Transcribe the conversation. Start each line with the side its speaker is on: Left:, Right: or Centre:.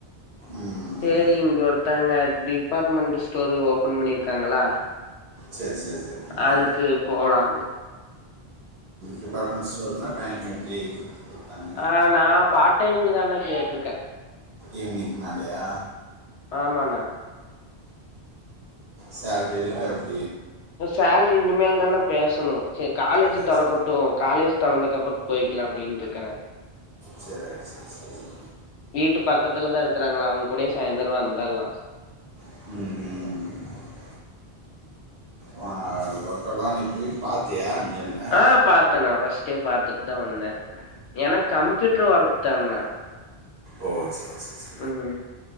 Right: ம்,
Left: தேரி இங்க ஒர்த்தவங்க டிபார்ட்மெண்ட்ட் ஸ்டோரு ஓப்பன் பண்ணிருக்காங்களா
Right: சரி சரி சரி தம்பி
Left: அதுக்கு போலான்னு
Right: டிப்பார்மண்ட் ஸ்டோர்னா டைம் எப்டி <inaudible>
Left: அ நா பார் டைமுக்குதாண்ணா கேட்ருக்க
Right: ஈவ்னிங்க்கு மேலயா
Left: ஆமாண்ணா
Right: சேலரிலா எப்
Left: சேரி இன்னுமேல் தாண்ணா பேசணு சேர் காலேஜி
Right: எஸ்
Left: தொறக்குட் டூவோ காலேஜ் தொறந்தக்கு அப்புற போயிக்கிலா அப்டின்ருக்கண
Right: சேரி செர் செர் சே
Left: வீட்டு பக்கத்துல தா இருக்குறாங்களா அவங் கூடயே சாய்ந்தர வந்தர்லா
Right: ம் ம் வா ஒர்க்கலா நீ பேய் பார்த்தியா நேரில்
Left: ஆ பாத்தணா ஃபர்ஸ்ட்டே பாத்துட் தா வந்த எனக் கம்ப்யூட்ரு ஒர்க் தாண்ணா
Right: ஓ சேர் சேர் சி
Left: ம்